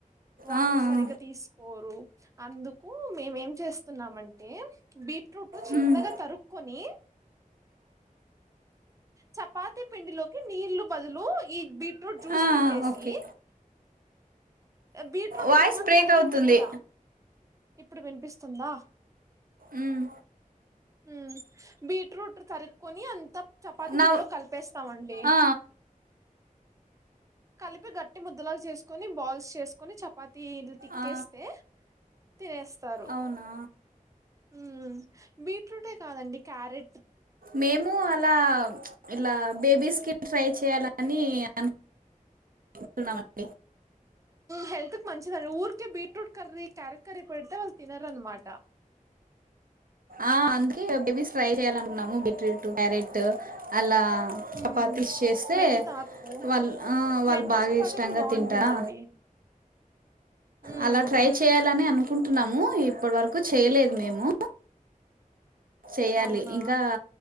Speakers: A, on the right; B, on the right.
A: వాటర్
B: ఆ,
A: సరిగ్గా
B: ఆ.
A: తీస్ కోరు అందుకు మేమేం చేస్తున్నామంటే బీట్రూట్ చిన్నగా
B: మ్మ్.
A: తరుక్కొని చపాతి పిండిలోకి నీళ్లు బదులు ఈ బీట్రూట్ జ్యూస్
B: ఆ, ఆ,
A: పిండేసి
B: ఓకే
A: బీట్రూట్
B: వాయిస్
A: కొంతమంది
B: బ్రేక్
A: తరిగింది
B: అవుతుంది
A: కూడా ఇప్పుడు వినిపిస్తుందా
B: మ్మ్.
A: ఉమ్ బీట్రూట్ తరుకొని అంత చపాతి
B: నా
A: పిండిలో కలిపేస్ స్తామండి
B: ఆ,
A: కలిపి గట్టి ముద్దలాగా చేసుకొని బాల్ స్ చేసుకొని చపాతి ఇట్ల తిక్కేస్తే
B: ఆ,
A: తినేస్తారు
B: అవునా
A: ఉమ్ బీట్రూటే కాదండి క్యారె
B: మేము అలా ఇలా బేబీస్కి ట్రై చేయాలని అనుకుంటున్నామండి
A: హెల్త్ కి మంచిదండి ఊరికే బీట్రూట్ కర్రీ క్యారెట్ కర్రీ పెడితే వాళ్ళు తినారనమాట
B: ఆ అందుకే బేబీస్ ఫ్రై చెయ్యాలనుకున్నాము బీట్రూటు క్యారెట్ అలా చపాతిస్
A: ఉమ్
B: చేస్తే
A: మెంతాకు
B: వాళ్ ఆ వాళ్
A: మెంతి
B: బాగా
A: చపాతి
B: ఇష్టంగా
A: కూడా బాగుంటుందండి
B: తింటారా
A: ఉమ్
B: అలా ట్రై చేయ్యాలని అనుకుం కుంటున్నాము ఇప్పడి వరకు చేయలేదు మేము చెయ్యాలి
A: అవునా
B: ఇంకా